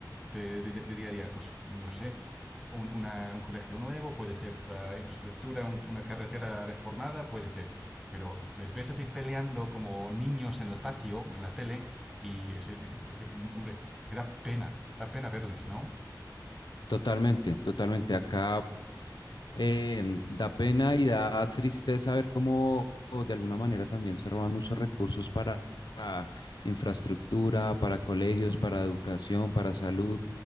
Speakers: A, in the centre; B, on the left (about 65°).
A: de, de- de día a día? Pues no sé, un, una- un colegio nuevo, puede ser la infraestructura, un- una carretera reformada, puede ser pero les ves así peleando como niños en el patio, en la tele, y es, es- es que, hombre, es que da pena, da pena verles, ¿no?
B: Totalmente, totalmente. Acá eh, da pena y da tristeza ver cómo o de alguna manera también se roban muchos recursos para ah, infraestructura, para colegios, para educación, para salud,